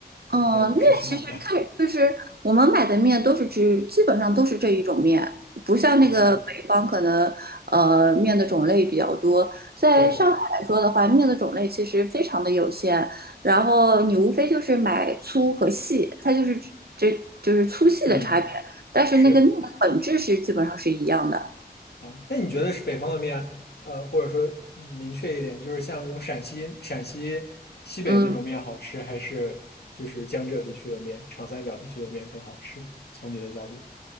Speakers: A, on the right (about 70°); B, on the left (about 75°).
A: 嗯，
B: 嗯，但你们是去买的
A: 面其实看就是我们买的面都是只基本上都是这一种面，不像那个北方可能呃面的种类比较多。
B: 啊？
A: 在上海来说的话，
B: 对，
A: 面的种类其实非常的有限，然后你无非就是买粗和细，它就是这就是粗细的差别，
B: 嗯，
A: 但是那个面的本质是基本上是一样的。
B: 是啊。那你觉得是北方的面，呃，或者说明确一点，就是像那种陕西、陕西西北那种面好吃，
A: 嗯，
B: 还是就是江浙地区的面、长三角地区的面更好吃？从你的角度，